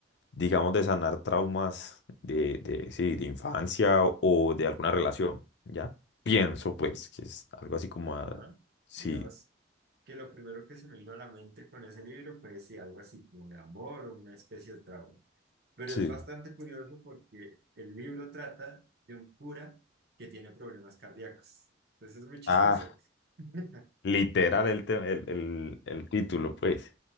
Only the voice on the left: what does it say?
digamos de sanar traumas de, de, sí, de infancia o, o de alguna relación, ¿ya? Pienso pues que es algo así como,
ah, sí,
Sí.
ah,
literal el, te- el, el, el título, pues,